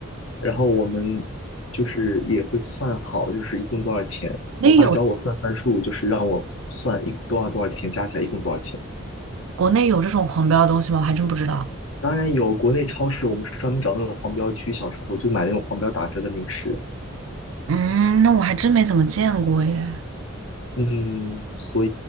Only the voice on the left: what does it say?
然后我们就是也会算好，就是一共多少钱。
我爸教我算算数，就是让我算一多少多少钱，加起来一共多少钱。
当然有国内超市，我们是专门找那种黄标区，小时候就买那种黄标打折的零食。
嗯，所